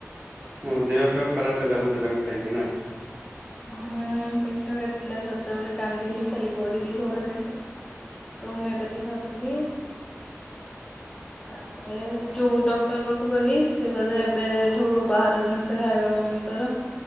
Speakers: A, on the right; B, on the left.
A: ଓ ଦେହ ଫେହ ଖରାପ ହେଲା ବୋଧ ତାକୁ ଖାଇକି ନା?
B: ହୁଁ ପେଟ କାଟିଲା ସଦାବେଳେ। କାନ୍ଦିଲି ଖାଲି ଗଡି଼ଲି ଘର ଯାଁକ।
A: <unintelligible>
B: ତ ହୋମିଏପାତି ଖାଉଥୁଲି। ତା ପ ଏ ଯୋଉ ଡକ୍ଟର ପାଖୁକୁ ଗଲି ସେ କଇଲେ ଏବେଠୁ ବାହାର ଜିନିଷ ଖାଇବା ବନ୍ଦ କର।